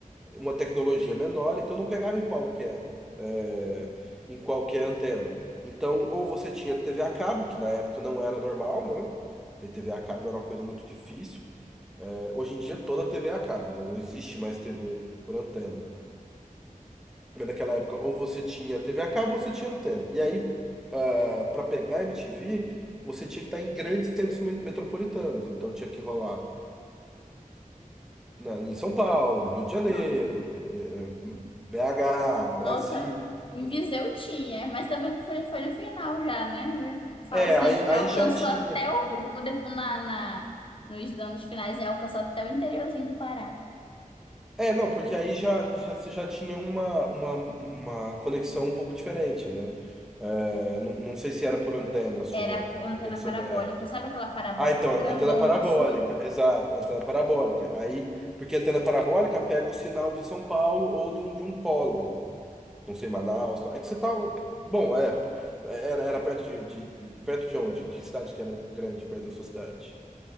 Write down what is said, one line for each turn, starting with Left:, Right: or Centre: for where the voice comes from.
Centre: uma tecnologia menor, então não pegava em qualquer, eh, em qualquer antena. Então, ou você tinha TV a cabo, que na época não era normal, né? Ter TV a cabo era uma coisa muito difícil. Eh, hoje em dia, toda TV é a cabo, né? Não existe mais TV por antena. Mas naquela época, ou você tinha TV a cabo ou você tinha antena. E aí, para pegar MTV, você tinha que estar em grandes centros me- metropolitanos. Então, tinha que rolar na- em São Paulo, no Rio de Janeiro,
Left: Aham.
Centre: eh, BH, Brasília,
Left: Nossa, em
Centre: sabe?
Left: Viseu tinha, mas também foi, foi no final já, né? Já Fala
Centre: É,
Left: assim,
Centre: aí, aí
Left: alcançou
Centre: já tinha.
Left: até o, o depo- na, na, nos anos finais, né? Alcançou até o interiorzinho do Pará.
Centre: É, não, porque aí já, já, você já tinha uma, uma, uma conexão um pouco diferente, né? É, não, não sei se era por antena a sua
Left: Era por antena
Centre: conexão
Left: parabólica,
Centre: na época.
Left: sabe aquela parabólica
Centre: Ah, então,
Left: grandona
Centre: antena parabólica,
Left: assim?
Centre: exato, antena parabólica. Aí, porque a antena parabólica pega o sinal de São Paulo ou de um, de um polo, não sei, Manaus. É que você tava. Bom, é, pô, era, era perto de, de- Perto de onde? Que cidade que era grande perto da sua cidade?